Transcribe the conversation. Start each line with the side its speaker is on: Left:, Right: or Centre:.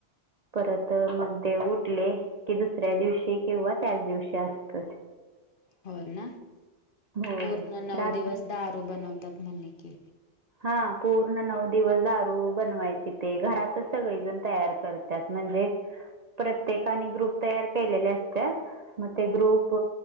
Right: परत मग उठले कि दुसऱ्या दिवशी किंवा त्याच दिवशी असत
Left: होय ना
Right: होय
Left: पूर्ण नऊ
Right: रात
Left: दिवस दारू बनवतात म्हणेणे की
Right: हा पूर्ण नऊ दिवस दारू बनवायचे ते घरातच सगळेजण तयार करतात म्हणजे प्रत्येकाने ग्रुप तयार केलेल्या असतात ते ग्रुप